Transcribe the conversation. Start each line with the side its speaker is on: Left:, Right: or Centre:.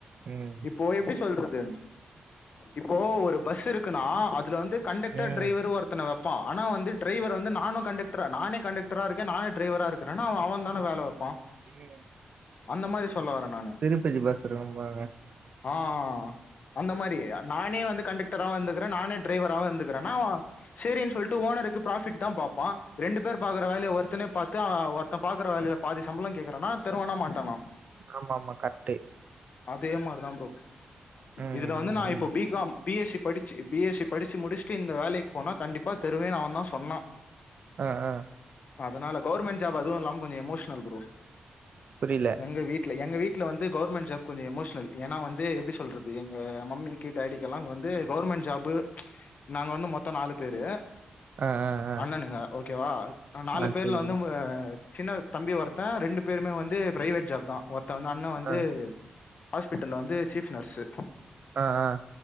Right: ம்
Left: இப்போ எப்டி சொல்றது இப்போ ஒரு பஸ் இருக்குனா அதுல வந்து கண்டக்டர்
Right: ம்
Left: டிரைவரு ஒரு பண்ண வப்பா ஆனா வந்து டிரைவர் வந்து நானு கண்டெக்ட்ரு நானே கண்டெக் ட்ரா இருக்க நானு டிரவரா இருக்கறனு அவ அவ தான வேல வப்பா
Right: ம்
Left: அந்த மாரி சொல்ல வர நானு
Right: திருப்பதி பஸ் இருக்கும் ஆமாங்க
Left: ஆ அந்த மாரி நானே வந்து கண்டெக்டராவு இருந்துக்கற நானே டிரைவராவு இருந்துகறனா சரின்னு சொல்ட்டு ஓனருக்கு ப்ராஃபிட் தா பாப்பா ரெண்டு பேர் பாக்க ற வேலைய ஒருத்தனே பாத்தா ஒருத்தன் பாக்ற வேலைய பாதி சம்பளோ கேக்கறனா தருவானா மாட்டானா
Right: ஆமா ஆமா கரெக்டு
Left: அதே மாதிரிதா ப்ரோ
Right: ம்
Left: இதுல வந்து
Right: ம்
Left: நா
Right: ம்
Left: இப்போ பிகாம் பிஎஸ்சி படிச்சு பிஎஸ்சி படிசி முடிச்சுட்டு இந்த வேலைக்கு போனா கண்டிப்பா தெருவே அவ தா சொன்னா
Right: ஆ ஆ
Left: அதனால கவுவர்மெண்ட் ஜாப் அதுவு இல்லாம கொஞ்ச எமோஷனல் ப்ரோ
Right: புரில.
Left: எங்க வீட்ல எங்க வீட்ல வந்து கவுவர்மெண்ட் ஜாப் கொஞ்ச எமோஷனல் ஏன்னா வந்து எப்டி சொல்றது மம்மிக்கு டேடிக்குல்லா வந்து கவர்மெண்ட் ஜாப் நாங்க வந்து மொத்தம் நாலு பேரு
Right: ஆ ஆ ஆ
Left: அண்ணனுங்க ஓகே வா நாலு
Right: ஆ
Left: பேர்ல
Right: சரி
Left: வந்து
Right: ப்ரோ.
Left: சின்ன தம்பி ஒருத்தே ரெண்டு பேருமே வந்து பிரைவேட் ஜாப் தா ஒருத்தன் வந்து அண்ணா வந்து
Right: ஆ
Left: ஹாஸ்பிட்டல்ல வந்து சீஃப் நர்சு
Right: ஆ